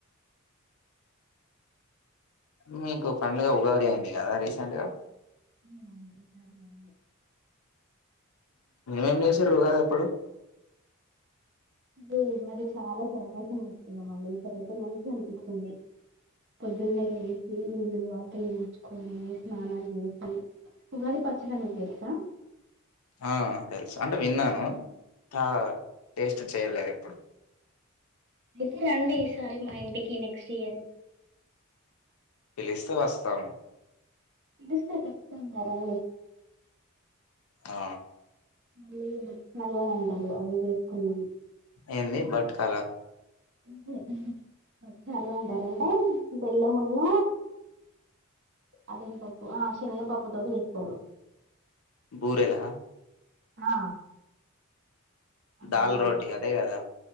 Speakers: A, on the left; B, on the right.
A: మీకు పండుగ ఉగాది అయింది కదా రీసెంట్గా
B: అవునవును ఈసారి వెళ్ళింది
A: ఏం చేస్సిర్రు ఉగాది అప్పుడు
B: అరే ఇది అది చాలా సెలబ్రేషన్ చేస్తున్నాం అండి ఈసరయితే మంచిగా అనిపించింది పొద్దున్నే లే చి ఇల్లు వాకిలి కొని స్నానాలు చేసి ఉగాది పచ్చడా మీకు తెలుసా
A: ఆ తెలుసు అంటే విన్నాను ట టేస్ట్ చేయలేదు ఎప్పుడు
B: అయితే రండి ఈసారి మా ఇంటికి నెక్స్ట్ ఇయర్
A: పిలిస్తే వస్తాం
B: పిలిస్తే చెప్తాం కదండి
A: ఆ
B: మళ్ళీ బచ్చాలు అని అంటారు అవి చేసుకున్నాం
A: ఏంది బట్కాల
B: ఉంహు బచ్చాలు అంటారంటె బెల్లమున్న అదేం పప్పు ఆ శనిగ పప్పుతోడి చేస్తారు
A: బూరేలా
B: ఆ అలానే
A: దాల్ రోటీ
B: ఉంటాయి
A: అదే కదా